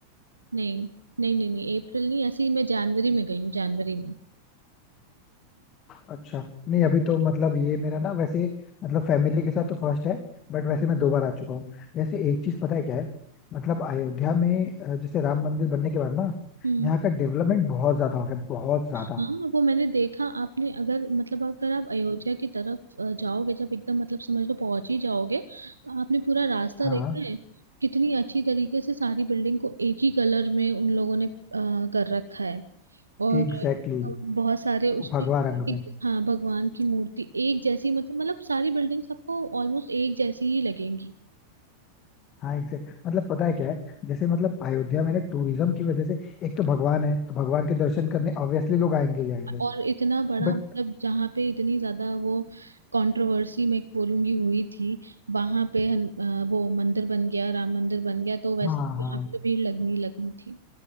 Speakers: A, on the right (about 75°); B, on the left (about 30°).
A: नहीं नहीं नहीं नहीं अप्रैल नहीं ऐसे ही मैं जनवरी में गई हूँ जनवरी में
B: अच्छा नहीं अभी तो मतलब ये मेरा ना वैसे मतलब फैमिली के साथ तो फर्स्ट है बट वैसे मैं दो बार आ चुका हूँ वैसे एक चीज पता है क्या है मतलब अयोध्या में अ, जैसे राम मंदिर बनने के बाद ना
A: हम्म
B: यहाँ का डेवलपमेंट बहुत ज्यादा हो गया बहुत ज्यादा
A: हाँ वो मैंने देखा आपने अगर मतलब अगर आप अयोध्या की तरफ अ, जाओगे जब एकदम मतलब समझ लो पहुंच ही जाओगे तो आपने पूरा रास्ता
B: हाँ
A: देखा है कितनी अच्छी तरीके से सारी बिल्डिंग को एक ही कलर में उन लोगों ने अ, कर रखा है और
B: एग्जैक्टली exactly,
A: बहुत सारे उसमें
B: भगवा रंग
A: एक
B: में
A: हाँ भगवान की मूर्ति एक जैसी मतलब मतलब सारी बिल्डिंग्स आपको ऑलमोस्ट एक जैसी ही लगेंगी
B: हाँ एग्जैक्ट मतलब पता है क्या है जैसे मतलब अयोध्या में ना टूरिज्म की वजह से एक तो भगवान है तो भगवान के दर्शन करने ऑब्वियसली लोग आएंगे ही आएंगे
A: और इतना बड़ा
B: बट
A: मतलब जहाँ पे इतनी ज्यादा वो कंट्रोवर्सी मैं बोलूंगी हुई थी वहां पे हन, अ, वो मंदिर बन गया राम मंदिर बन गया तो वैसे
B: हाँ हाँ
A: यहाँ पे तो भीड़ लगनी ही लगनी थी